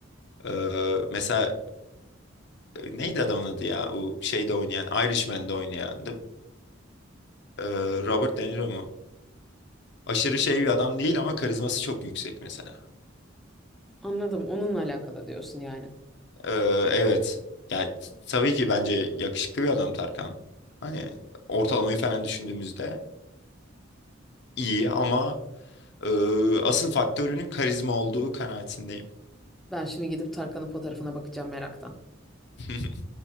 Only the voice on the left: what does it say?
E, mesela e, neydi adamın adı ya? O şeyde oynayan, Irishman'de oynayan. The- e, Robert De Niro mu? Aşırı şey bir adam değil ama karizması çok yüksek mesela.
Ee, evet. Ya t- tabii ki bence yakışıklı bir adam Tarkan. Hani ortalamayı falan düşündüğümüzde iyi ama e, asıl faktörünün karizma olduğu kanaatindeyim.
<laughs>